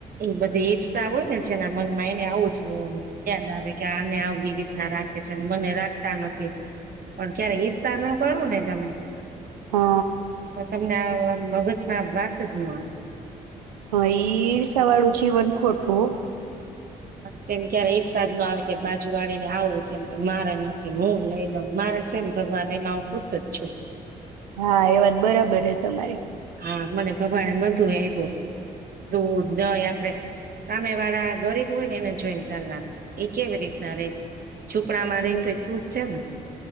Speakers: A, on the right; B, on the right.
A: એ બધી ઈર્સા હોય ને જેના મનમાં એને આવું જ ચ યાદ આવે કે આને આવ બી રીતના રાખે છે મને રાખતા નથી. પણ ક્યારે ઇર્ષા ન કરો ને તમે
B: હઅ
A: તો તમને આવ મગજમાં વાત જ ન આવ.
B: હ ઈ ઈરસાવાળું જીવન ખોટું ઓ
A: કેમ ક્યારે ઈરસાદ જ ન આવે કે બાજુ વાળી ને આવું છે એમ તો મારે નથી હું લઈ લઉ મારે છે ને ત ભગવાન એમાં હું ખુશ જ છું.
B: હા એ વાત બરાબર છે તમારી
A: હ મને ભગવાને બદુએ એ આપ્યું છે દૂધ, દહી આપણેે સામે વાળા ગરીબ હોય ને એને જોઈને ચાલવા એ કેવી રીતના રેય છે. છુપડા માં
B: હમ
A: રહી તો એ ખુશ છે ને.